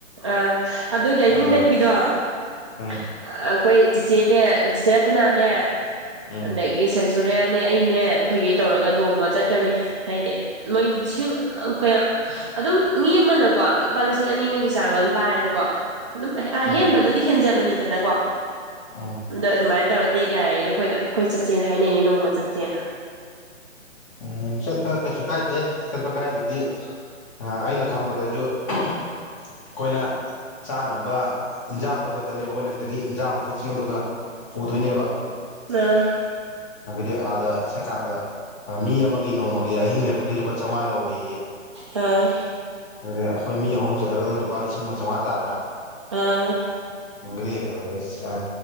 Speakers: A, on the right; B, on the left.
A: ꯑꯥ ꯑꯗꯨꯒꯤ ꯑꯍꯤꯡ
B: ꯑꯗꯨꯗ
A: ꯂꯦꯛꯄꯤꯗꯣ ꯑꯩꯈꯣꯏ
B: ꯎꯝ
A: ꯆꯤꯆꯦꯅꯦ ꯆꯆꯦ ꯔꯠꯇꯅꯥꯅꯦꯦ
B: ꯎꯝ
A: ꯑ ꯒꯤ ꯁꯦꯟꯆꯨꯔꯤꯌꯥꯅꯦ ꯑꯩꯅꯦ ꯑꯩꯈꯣꯏꯒꯤ ꯇꯧꯔꯒ ꯅꯣꯡꯃ ꯆꯠꯀꯅꯤ ꯍꯥꯏꯗꯤ ꯃꯣꯏ ꯂꯤꯁꯤꯡ ꯀꯌꯥ ꯑꯗꯨꯝ ꯃꯤ ꯑꯃꯅꯀꯣ ꯂꯨꯄꯥ ꯂꯤꯁꯤꯡ ꯑꯅꯤꯒꯤ ꯆꯥꯡꯒ ꯄꯥꯏꯔꯗꯤꯀꯣ ꯑꯗꯨꯝ ꯑꯍꯦꯟꯕꯗꯨꯗꯤ
B: ꯎꯝ
A: ꯍꯦꯟꯖꯕꯅꯤꯗꯅꯀꯣ ꯑꯝ
B: ꯎꯝ
A: ꯗ ꯑꯗꯨꯃꯥꯏꯅ ꯇꯧꯔ ꯂꯦꯛ ꯌꯥꯏꯌꯦ ꯑꯗꯣ ꯑꯩꯈꯣꯏꯅ ꯑꯩꯈꯣꯏ ꯆꯠꯁꯦꯅ ꯍꯥꯏꯅꯩꯅꯦ ꯅꯣꯡꯃ ꯆꯠꯁꯦꯅ
B: ꯎꯝ ꯆꯠꯄ ꯀꯩꯁꯨ ꯀꯥꯏꯗꯦ ꯆꯠꯄ ꯀꯥꯏꯗꯗꯤ ꯑꯩꯅ ꯈꯪꯕꯗꯁꯨ ꯑꯩꯈꯣꯏꯅ ꯆꯥꯅꯕ ꯏꯟꯖꯥꯡꯗꯨ ꯈꯛꯇꯅꯦꯕ ꯑꯩꯈꯣꯏꯅ ꯁꯤꯗꯒꯤ ꯏꯟꯖꯥꯡꯗꯨꯒ ꯆꯦꯡꯗꯨꯒ ꯄꯨꯗꯣꯏꯅꯦꯕ
A: ꯑ
B: ꯑꯗꯨꯪꯗꯤ ꯑꯥꯗ ꯁꯀꯥꯟꯗ ꯃꯤ ꯑꯃꯒꯤ ꯅꯣꯡꯃꯒꯤ ꯑꯍꯤꯡ ꯂꯦꯞꯄꯒꯤ ꯂꯨꯄꯥ ꯆꯥꯝꯃꯉꯥ ꯂꯧꯋꯤ
A: ꯑꯝ
B: ꯑꯗꯨ ꯑꯩꯈꯣꯏ ꯃꯤ ꯑꯍꯨꯝ ꯆꯠꯂꯒꯗꯅ ꯂꯨꯄꯥ ꯂꯤꯁꯤꯡ ꯑꯃ ꯆꯥꯝꯉ ꯇꯥ꯭ꯔꯥ
A: ꯑꯝ
B: ꯃꯗꯤ ꯑ ꯑ